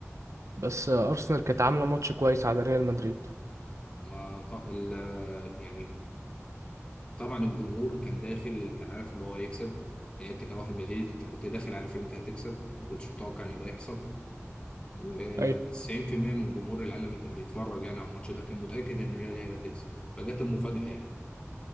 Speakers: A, on the right (about 75°); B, on the left (about 20°).
A: بس آه، ارسنال كانت عامله ماتش كويس على ريال مدريد
B: ما ط... ال... يعني طبعا الجمهور كان داخل كان عارف اللي هو هيكسب يعني انت كواحد مدريد انت كنت داخل عارف ان انت هتكسب ما كنتش متوقع ان ده يحصل و90%
A: ايوه
B: من جمهور العالم اللي كان بيتفرج يعني على الماتش ده كان متاكد ان الريال هي اللي هتكسب فجت المفاجاه يعني